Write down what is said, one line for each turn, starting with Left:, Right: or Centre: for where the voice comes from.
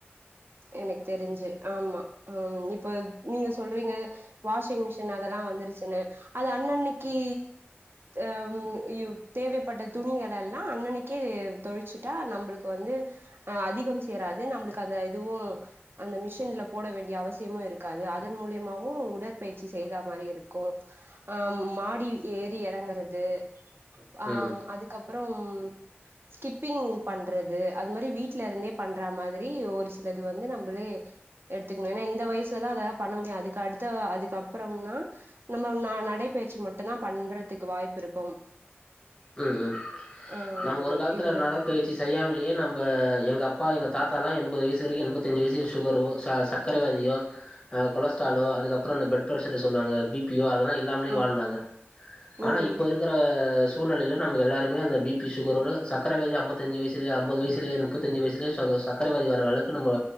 Right: எனக்கு தெரிஞ்சு ஆமா ஆ இப்ப நீங்க சொல்றீங்க வாஷிங் மிஷின் அதெல்லா வந்துருச்சுன்னு அது அன்னன்னைக்கி அம் யு தேவைப்பட்ட துணிங்கல எல்லா அன்னனைக் கி தொழுச்சுட்டா நம்மளுக்கு வந்து அ அதிகம் சேராது நம்மளுக்கு அந்த இதுவு அந்த மிஷின்ல போட வேண்டிய அவசியமும் இருக்காது அதன் மூலியமாவும் உடற்பயிற்சி செய்த மாதிரி இருக்கும் அ மாடி ஏறி இறங்குறது ஆ
Left: ம்
Right: அதுக்கப்புறம் ஸ்கிப்பிங் பண்றது அது மாதிரி வீட்ல இருந்தே பண்ற மாதிரி ஒரு சிலது வந்து நம்மளே எடுத்துக்கணும் ஏன்னா இந்த வயசுலதான் அதெல்லாம் பண்ண முடியும் அதுக்கு அடுத்த அதுக்கப்புறம்னா நம்ம நடைப்பயிற்சி மட்டும் தான் பண்றதுக்கு வாய்ப்பு இருக்கும்
Left: உம் உம்
Right: ஆ
Left: நம்ம
Right: இது
Left: ஒரு காலத்துல
Right: இதுதா
Left: நட பயி ற்சி செய்யாமல்லையே நம்ப எங்க அப்பா எங்க தாத்தா எல்லா எண்பது வயசு வரைக்கும் எண்பத்தஞ்சு வயசு வரைக்கு சுகர்ரோ ச சக்கரைவியாதியோ கொலஸ்ட்ராலோ அதுக்கப்புறம் அந்த பிளட்ப்ரஷர் சொல்லுராங்க பி பி அதெல்லாம் இல்லாமலே
Right: ஆ
Left: வாழ்ந்தாங்க
Right: ம்
Left: ஆனா இப்ப இருக்குற சூழ்நிலையில நம்ம எல்லாருமே அந்த பிபி சுகரோ சக்கரை வியாதி ஐம்பத்தஞ்சு வயசுலயே ஐம்பது வயசுலயே முப்பத்தஞ்சுவயசுலயே ச சக்கரைவியாதி வர அளவுக்கு நம்ம